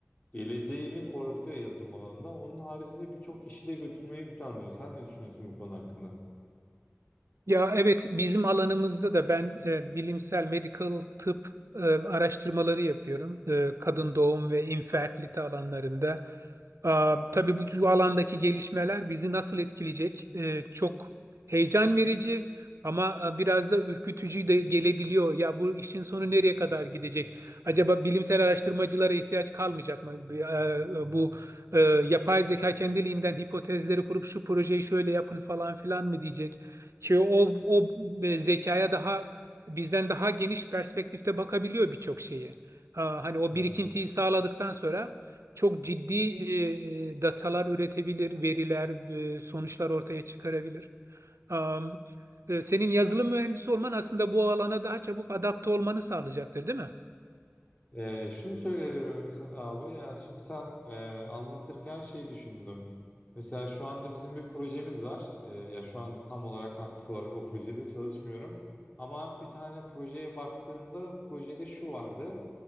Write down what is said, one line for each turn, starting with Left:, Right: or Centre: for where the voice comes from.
Left: geleceğimi korkutuyor yazılım alanında. Onun haricinde birçok işi de götürmeyi planlıyor. Sen ne düşünüyorsun bu konu hakkında?
Right: Ya evet bizim alanımızda da ben e, bilimsel medical tıp e, araştırmaları yapıyorum. E, kadın doğum ve infertilite alanlarında. Aa, tabii bu, bu alandaki gelişmeler bizi nasıl etkileyecek? E, çok heyecan verici ama e, biraz da ürkütücü de gelebiliyor. Ya bu işin sonu nereye kadar gidecek? Acaba bilimsel araştırmacılara ihtiyaç kalmayacak mı? Bir, e, Bu e, yapay zeka kendiliğinden hipotezleri kurup şu projeyi şöyle yapın falan filan mı diyecek? Çünkü o, o e, zekaya daha bizden daha geniş perspektifte bakabiliyor birçok şeye. Aa, Hani o
Left: Hmm.
Right: birikintiyi sağladıktan sonra çok ciddi e, datalar üretebilir, veriler, e, sonuçlar ortaya çıkarabilir. Am, e, Senin yazılım mühendisi olman aslında bu alana daha çabuk adapte olmanı sağlayacaktır, değil mi?
Left: E, şunu söyleyebilirim abi. Yani şimdi sen e, anlatırken şey düşündüm. Mesela şu anda bizim bir projemiz var. E, ya şu an tam olarak aktif olarak o projede çalışmıyorum. Ama bir tane projeye baktığımda projede şu vardı.